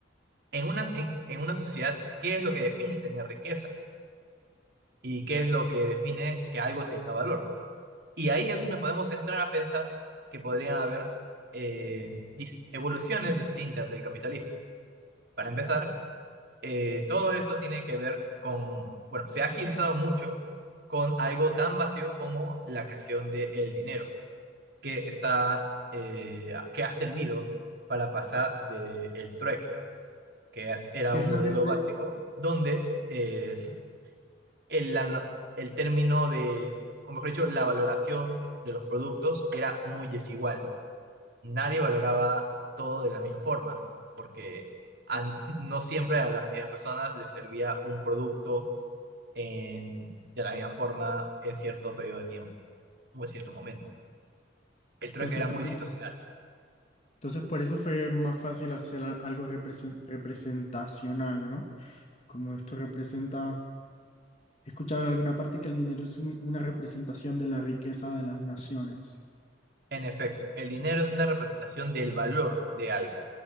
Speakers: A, on the right; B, on the left.
A: en una, en, en una sociedad qué es lo que define tener riqueza y qué es lo que define que algo tenga valor. Y ahí es donde podemos entrar a pensar que podrían haber eh, dis- evoluciones distintas del capitalismo. Para empezar, Eh, todo eso tiene que ver con, bueno, se ha agilizado mucho con algo tan vacío como la creación del dinero, que está, eh, que ha servido para pasar del trueque, que as- era
B: ¿Qué
A: un
B: es
A: modelo
B: la repre-
A: básico donde eh, el, la- no- el término de, o mejor dicho, la valoración de los productos era muy desigual. Nadie valoraba todo de la misma forma, porque a- no siempre a las mismas personas les servía un producto en, de la misma forma en cierto periodo de tiempo o en cierto momento. El trueque
B: Entonces,
A: era
B: ¿por
A: muy
B: qué?
A: situacional.
B: Entonces, por eso fue más fácil hacer a- algo represen- representacional, ¿no? Como esto representa, he escuchado en alguna parte que el dinero es un- una representación de la riqueza de las naciones.
A: En efecto, el dinero es una representación del valor de algo